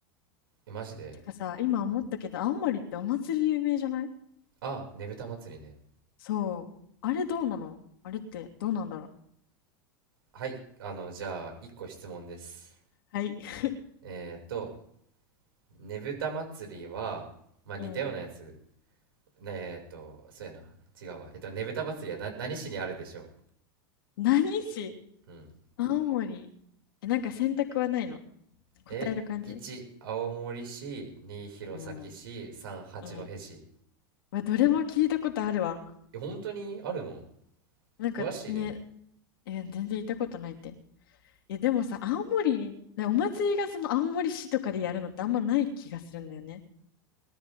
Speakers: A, on the right; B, on the left.
A: え、マジで。
B: てかさ、今思ったけど、
A: うん。
B: 青森ってお祭り有名じゃない
A: あ、ねぶた祭りね。
B: そう。あれどうなのあれってどうなんだろう。
A: はい、あの、じゃあ、1個質問です。
B: はい。<laughs>
A: えっと、ねぶた祭りは、まあ似たようなやつ
B: うん。
A: ねえーっと、そうやな。違うわ。えっと、ねぶた祭りはな、何市にあるでしょ
B: 何市
A: ううん。
B: 青森。え、なんか選択はないの答える感じ
A: え、1、青森市、2、弘前市、
B: うん。
A: 3、八戸市。
B: うん。まどれも聞いたことあるわ。
A: え、本当にあるの
B: なんかね、
A: 詳しいね。
B: え、全然いたことないって。いや、でもさ、青森、なお祭りがその青森市とかでやるのってあんまない気がするんだよね。